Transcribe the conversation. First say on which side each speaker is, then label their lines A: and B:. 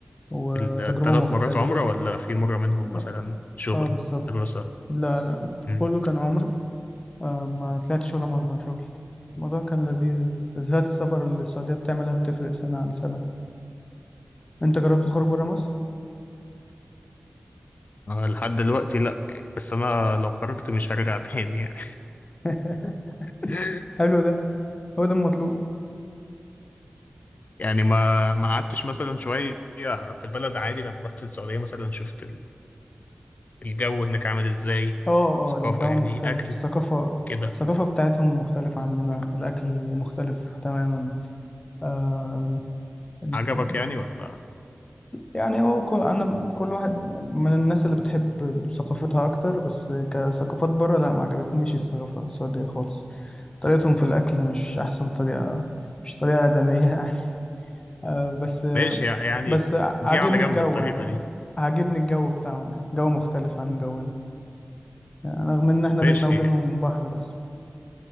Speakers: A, on the left; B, on the left.
A: وتجربة
B: الثلاث
A: مختلفة
B: مرات عمرة ولا في مرة منهم
A: اه
B: مثلا شغل
A: آه، بالظبط
B: دراسة
A: لا لا
B: مم.
A: كله كان عمرة آه، ما طلعتش ولا مرة شغل الموضوع كان لذيذ تزهقت السفر اللي السعودية بتعملها بتفرق سنة عن سنة انت جربت تخرج برا مصر؟
B: أنا لحد دلوقتي لأ يعني بس أنا لو خرجت مش هرجع تاني يعني
A: <laughs>
B: <laughs>
A: حلو ده هو ده المطلوب
B: يعني ما ما قعدتش مثلا شوية في البلد عادي لما رحت السعودية مثلا شفت ال- الجو هناك عامل إزاي
A: اه
B: ثقافة
A: اه الجو
B: يعني
A: مختلف
B: أكل
A: الثقافة
B: كده
A: الثقافة بتاعتهم مختلفة عننا الأكل مختلف تماما آم، ال...
B: عجبك يعني ولا
A: يعني هو كل... أنا كل واحد من الناس اللي بتحب ثقافتها أكتر بس كثقافات برا لا ما عجبتنيش الثقافة السعودية خالص طريقتهم في الأكل مش أحسن طريقة مش طريقة آدمية <laughs> آه، بس آه،
B: ماشي يعني
A: بس
B: دي
A: عاجبني
B: على جنب
A: الجو
B: الطريقة
A: يعني
B: دي
A: عاجبني الجو بتاعهم يعني جو مختلف عن جونا يعني رغم ان احنا بينا
B: ماشي
A: وبينهم بحر بس